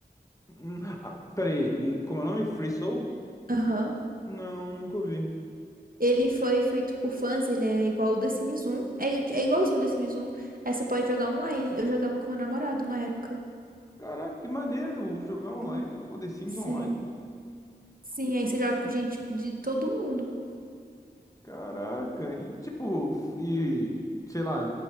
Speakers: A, on the left; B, on the right.
A: Hum, Ah, peraí, hum, como é o nome? Free Soul?
B: Aham.
A: Não, nunca ouvi.
B: Ele foi feito por fãs, ele é igual o The Sims 1. É, é igualzinho o The Sims 1. Aí você pode jogar online. Eu jogava com meu namorado uma época.
A: Caraca, que maneiro jogar online.
B: Hum.
A: Pô, The Sims
B: Sim.
A: Online.
B: Sim,
A: Que-
B: aí você joga com gente de todo mundo.
A: Caraca. E que tipo, e sei lá,